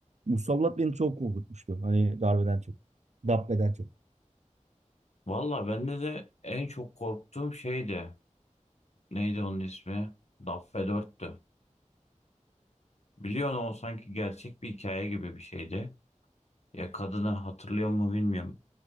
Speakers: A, on the right; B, on the left.
A: Musallat beni çok korkutmuştu. Hani darbeden çok. Dabbe'den çok.
B: Valla bende de en çok korktuğum şeydi. Neydi onun ismi? Dabbe 4'tü. Biliyorsun o sanki gerçek bir hikaye gibi bir şeydi. Ya kadını hatırlıyor mu bilmiyorum.